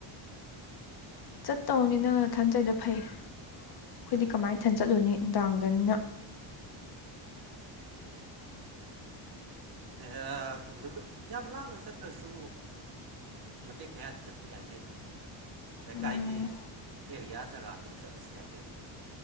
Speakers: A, on the left; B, on the right.
A: ꯆꯠꯇꯧꯅꯤ ꯅꯪ ꯅꯊꯟ ꯆꯠꯂꯤꯗꯣ ꯐꯩ ꯑꯩꯈꯣꯏꯗꯤ ꯀꯃꯥꯏ ꯏꯊꯟ ꯆꯠꯂꯨꯅꯤ ꯅꯨꯡꯗꯥꯡꯗꯅꯤꯅ
B: ꯌꯥ ꯌꯥꯝ ꯂꯥꯞꯅ ꯆꯠ ꯅꯠꯇ꯭ꯔꯁꯨ ꯃꯇꯦꯛ ꯃꯌꯥꯗꯤ ꯆꯠꯄ ꯌꯥꯏ ꯀꯩꯅꯣ ꯂꯩꯀꯥꯏꯒꯤ
A: ꯎꯝ
B: ꯑꯦꯔꯤꯌꯥ ꯖꯒꯥꯗꯨꯗ ꯆꯠꯂꯁꯨ ꯌꯥꯏ ꯀꯩꯅꯣ